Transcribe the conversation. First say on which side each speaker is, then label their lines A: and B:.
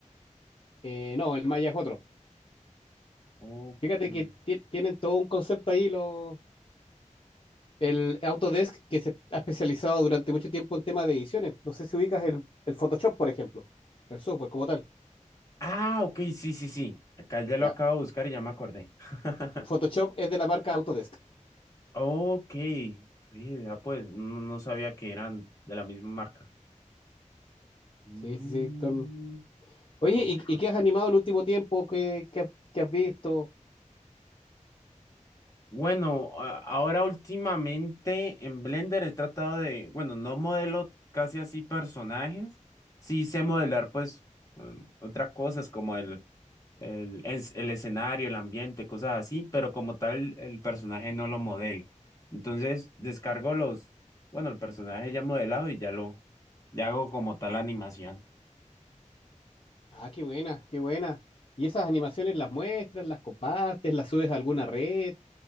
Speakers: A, on the left; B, on the left.
A: eh, no, el Maya es otro.
B: Ok.
A: Fíjate que ti- tienen todo un concepto ahí, lo, el Autodesk, que se ha especializado durante mucho tiempo en temas de ediciones. No sé si ubicas el, el Photoshop, por ejemplo, el software como tal.
B: Ah, ok, sí, sí, sí. Acá ya lo
A: Ya,
B: acabo de buscar y ya me acordé. <laughs>
A: Photoshop es de la marca Autodesk.
B: Ok, vea pues, no, no sabía que eran de la misma marca. Mm,
A: Sí, sí, sí. son- Oye,
B: ah, ok.
A: ¿y, y qué has animado el último tiempo? ¿Qué, qué, qué has visto?
B: Bueno, a- ahora últimamente en Blender he tratado de, bueno, no modelo casi así personajes, sí sé modelar pues mm, otras cosas como el, el, es- el escenario, el ambiente, cosas así, pero como tal el personaje no lo modelo. Entonces descargo los, bueno, el personaje ya modelado y ya lo, ya hago como tal la animación.
A: Ah, qué buena, qué buena. ¿Y esas animaciones las muestras, las compartes, las subes a alguna red?